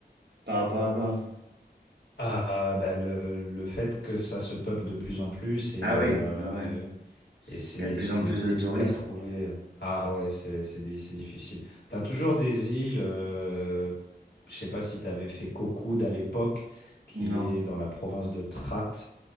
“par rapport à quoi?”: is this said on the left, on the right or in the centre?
Right